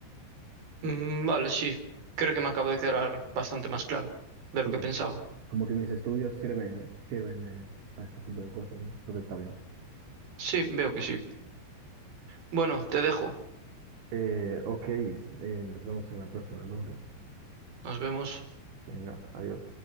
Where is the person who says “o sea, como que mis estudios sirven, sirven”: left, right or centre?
Right